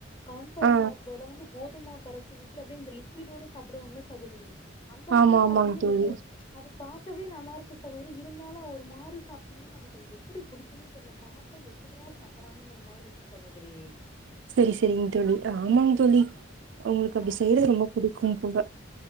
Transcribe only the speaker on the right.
ஆ
ஆமா
ஆமாங்க
தோழி
செரி செரிங்க தோழி ஆமாங்க தோழி உங்களுக்கு அப்படி
செய்றது ரொம்ப பிடிக்கும் போல